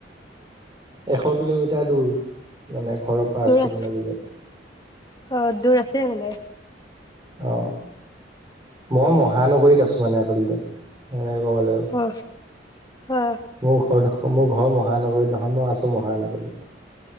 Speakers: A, on the right; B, on the left.
A: এশ কিলোমিটাৰ দূৰ মানে ঘৰৰ পৰা
B: দূৰ
A: আছো
B: আছে
A: মানে দূৰত
B: অ দূৰ আছে মানে
A: অ মই মহানগৰীত আছো মানে আচলতে কেনেকে কব লাগিব
B: অ অ
A: মোৰ ঘৰত মোৰ ঘৰ মহানগৰীত নহয় মই আছো মহানগৰীত